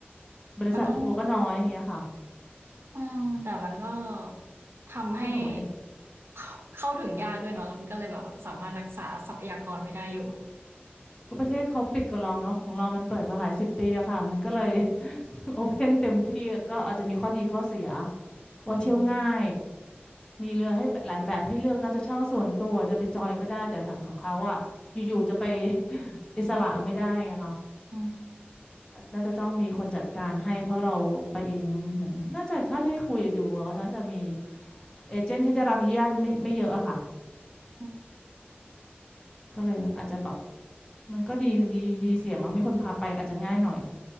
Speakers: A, on the left (about 20°); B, on the right (about 70°).
A: บริษัททัวร์ก็น้อยอย่างเงี้ยค่ะ
B: มันต้องเออแต่มันก็ทำให้
A: ก็สวย
B: เข้าเข้าถึงยากด้วยเนาะแล้วมันก็เลยแบบสามารถรักษาทรัพยากรไว้ได้อยู่
A: ก็ประเทศเขาปิดกับเราเนาะของเรามันเปิดมาหลายสิบปีอะค่ะมันก็เลย <laughs> โอเพนเต็มที่ก็อาจจะมีข้อดีข้อเสียว่าเที่ยวง่าย
B: จริง
A: มีเรือให้แบบหลายแบบให้เลือกเนอกจะเช่าส่วนตัวจะไปจอยก็ได้แต่ทางของเขาอะอยู่ๆจะไป <laughs> อิสระไม่ได้ไงคะ
B: อืม
A: น่าจะต้องมีคนจัดการให้เพราะเราไปเองเหมือนน่าจะเท่าที่คุยดูอะน่าจะมีเอเจนต์ที่ได้รับอนุญาตไม่ไม่เยอะอะค่ะ
B: อืม
A: ก็เลยอาจจะแบบมันก็ดีดีดีเสียมั้งมีคนพาไปอาจจะง่ายหน่อย